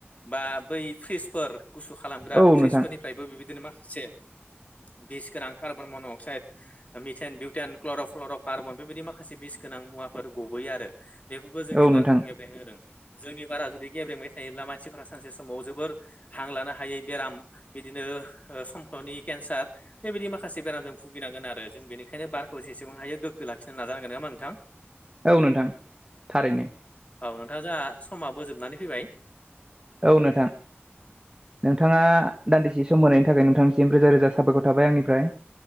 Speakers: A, on the left; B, on the right.
A: बा बै फ्रिजफोर गुसु खालामग्रा
B: औ
A: फ्रिजफोरनि
B: नोंथां
A: फ्रायबो बिबायदिनो माखासे बिस गोनां carbon monoxide, methane, butane, क्ल'रफ colour' carbon बेबायदि माखासे बिस गोनां मुवाफोर गबोयो आरो बेफोरबो जोंनि
B: औ
A: बारखौ
B: नोंथां
A: गेब्रें होदों। जोंनि बारा जुदि गेब्रेंबाय थायोब्ला मानसिफ्रा सानसे समाव जोबोर हां लानो हायै बेराम बिदिनो ओ समफ्लनि केन्सार। बेबायदि माखासे बेरामजों भुगिनांगोन आरो जों बेनिखायनो बारखौ जेसे बेसेबां हायो गोगो लाखिनो नाजानांगोन नङा होमबा नोंथां?
B: औ नोंथां थारैनो।
A: औ नोंथां जोंहा समाबो जोबनानै फैबाय।
B: औ नोंथां। नोंथाङा
A: औ
B: दान्दिसे सम होनायनि थाखाय नोंथांनिसिम रोजा रोजा साबायखर थाबाय आंनिफ्राय।